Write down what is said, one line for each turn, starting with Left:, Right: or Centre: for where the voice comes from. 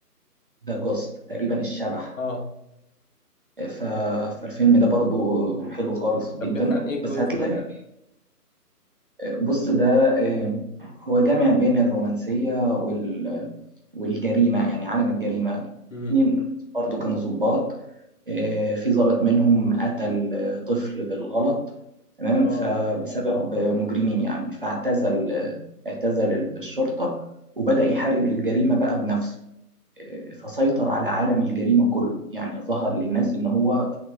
Right: ذا جوست تقريبا الشبح
Left: اه
Right: ف- فالفيلم ده برضو حلو خالص جدا
Left: طب بيحكي عن ايه الجوست
Right: بس هتلاقي
Left: ده
Right: بص ده آه، هو جامع بين الرومانسية وال والجريمة يعني عالم الجريمة
Left: امم
Right: اتنين برضو كانوا ضباط آه، في ضابط منهم قتل آه، طفل بالغلط تمام
Left: اه
Right: فبسبب آه، مجرمين يعني فاعتزل آه، اعتزل الشرطة وبدأ يحارب الجريمة بقى بنفسه آه، فسيطر على عالم الجريمة كله يعني ظهر للناس إن هو